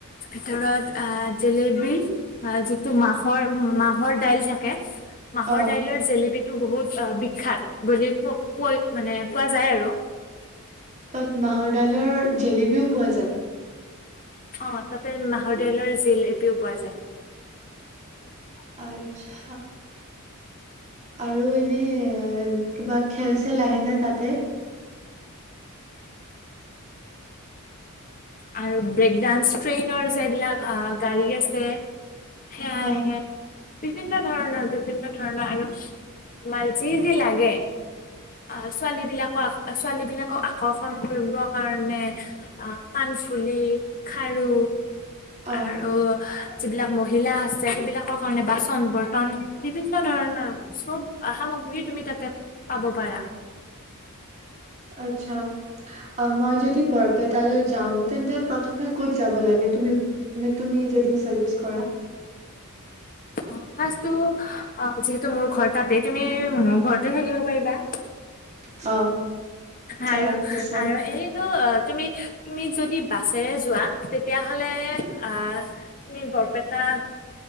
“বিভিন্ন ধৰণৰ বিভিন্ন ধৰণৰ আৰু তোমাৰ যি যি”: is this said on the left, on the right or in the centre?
Left